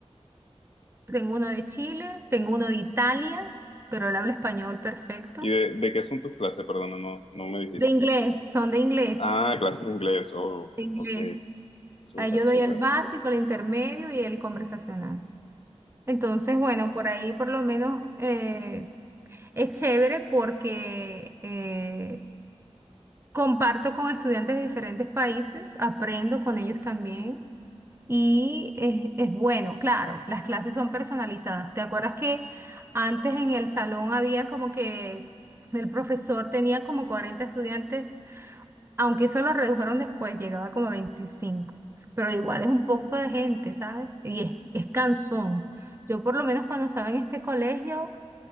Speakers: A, on the right; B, on the left.
A: Tengo uno de Chile, tengo uno de Italia, pero él habla español perfecto.
B: ¿y de, de qué son tus clases? Perdona, no, no me dijiste.
A: De inglés, son de inglés,
B: Ah, clases de inglés. Oh,
A: de inglés.
B: ok. Súper,
A: Ahí yo
B: súper.
A: doy el básico, el intermedio y el conversacional. Entonces, bueno, por ahí por lo menos eh, es chévere porque eh, comparto con estudiantes de diferentes países, aprendo con ellos también. y es, es bueno, claro, las clases son personalizadas. ¿Te acuerdas que antes en el salón había como que el profesor tenía como 40 estudiantes, aunque eso lo redujeron después, llegaba como a 25, pero igual es un poco de gente, ¿sabes? Y es, es cansón. Yo por lo menos cuando estaba en este colegio